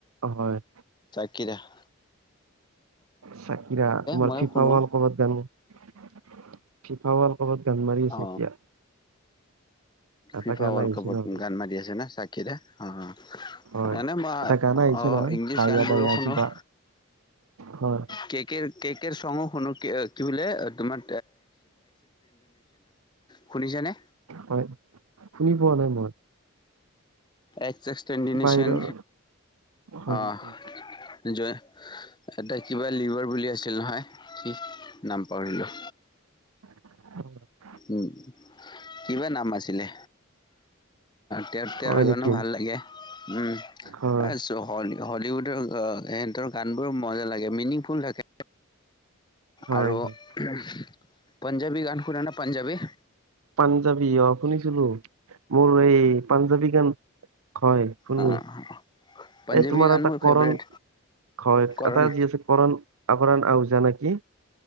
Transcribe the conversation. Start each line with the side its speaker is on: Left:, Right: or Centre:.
Right: হয়।
Left: কি দেখা
Right: চাকিৰা তোমাৰ
Left: মইও
Right: ফিফা
Left: শুনো
Right: ৱৰ্ল কাপ ত গানো। ফিফাৱাৰ ৱৰ্ল্ডকাপত গান মাৰি আছে
Left: অ
Right: এতিয়া, এটা
Left: ফিফা
Right: গান
Left: ৱৰ্ল্ড
Right: আহিছে
Left: কাপত
Right: নহয়
Left: গান মাৰি আছে ন চাকি অ',
Right: হয়
Left: এনেই মই অহ,
Right: এটা গান আহিছে নহয়
Left: ইংলিছ
Right: দায়া
Left: গানবোৰৰ
Right: দায়া
Left: শুনো
Right: কিবা হয়
Left: কে-কে চো শুনো কি বোলে তোমাৰ শুনিছানে
Right: হয়, শুনি পোৱা নাই মই
Left: এক্স এক্সটেডনেচন,
Right: বাহিৰৰ হয়
Left: অহ
Right: নেকি
Left: সেইটোৱে এটা কিবা লিভাৰ বুলি আছিল নহয় কি নাম পাহৰিলো।
Right: হয়
Left: উম, কিবা নাম আছিলে তেৰ-তেৰ
Right: হয়
Left: গণো
Right: নেকি
Left: ভাল লাগে উম,
Right: হয়
Left: হেই হজৰ্ণী হলেওটো সেহতৰ গানবোৰ মজা লাগে, মিনিংফুল থাকে।
Right: হয়
Left: আৰু
Right: হয়
Left: পাঞ্জাৱী গান শুনে না পাঞ্জাৱী
Right: পাঞ্জাবী অ' শুনিছিলো মোৰ এই পাঞ্জাবী গান হয়, শুনো
Left: অ' পাঞ্জাৱী
Right: এই তোমাৰ
Left: গান
Right: এটা
Left: মোৰ
Right: কৰণ,
Left: ফেভৰেট
Right: হয়
Left: কাৰণ
Right: এটা যি আছে কৰণ আকৰাণ আহ ওজা নেকি